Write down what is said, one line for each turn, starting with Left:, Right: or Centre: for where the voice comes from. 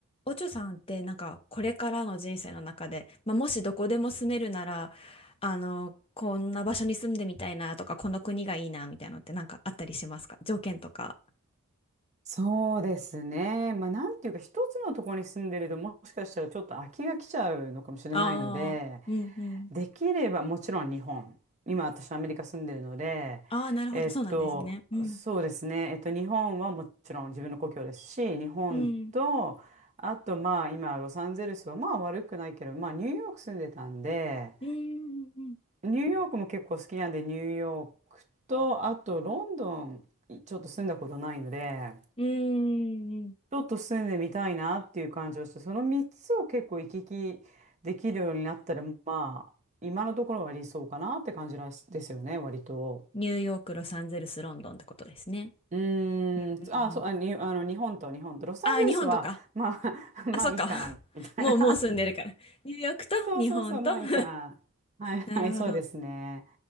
Left: おちょさんってなんかこれからの人生の中で、まあ、もしどこでも住めるならあのこんな場所に住んでみたいなとかこの国がいいなみたいなのってなんかあったりしますか条件とか。
Right: そうですね。まあ、なんていうか、一つのところに住んでると、もしかしたらちょっと飽きが来ちゃうのかもしれないので、
Left: ああ、うんうん。
Right: できれば、もちろん日本。今、私、はアメリカ住んでるので、
Left: ああ、なるほど、
Right: えっと、
Left: そうなんですね。うん。
Right: そうですね。えっと、日本はもちろん自分の故郷ですし、日本と、
Left: うん。
Right: あと、まあ、今、ロサンゼルスは、まあ、悪くないけど、まあ、ニューヨーク住んでたんで、
Left: うんうん
Right: ニューヨークも結構好きなんで、ニューヨークと、あと、ロンドン、ちょっと住んだことないので、
Left: うんうんうんうん
Right: ちょっと住んでみたいなっていう感じはして、その3つを結構行き来できるようになったら、まあ、今のところは理想かなって感じらしですよね、割と。
Left: ニューヨーク、ロサンゼルス、ロンドンってことですね。
Right: うーん、
Left: うんうんうん。
Right: あ、そう、あ、に、あの、日本と日本と、ロサンゼルスは、
Left: ああ、日本とか。
Right: まあ、<laughs> まあいいかな、
Left: あ、そっか。<laughs>
Right: みたいな。
Left: もうもう住んでるから。ニューヨークと日本と。
Right: <laughs> そうそうそう、まあいいかな。
Left: <laughs>
Right: はいはい、
Left: なるほど。
Right: そうですね。